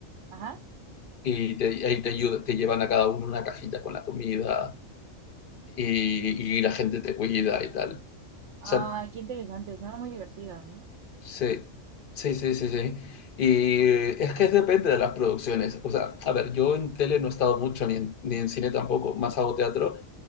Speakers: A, on the right; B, on the left.
A: Ajá.
B: y te, ahí te ayuda, te llevan a cada uno una cajita con la comida y, y la gente te cuida y tal. O
A: Ay,
B: sea,
A: qué interesante. Suena muy divertido, ¿eh?
B: sí, sí, sí, sí, sí. Y eh, es que depende de las producciones. O sea, a ver, yo en tele no he estado mucho, ni en, ni en cine tampoco, más hago teatro,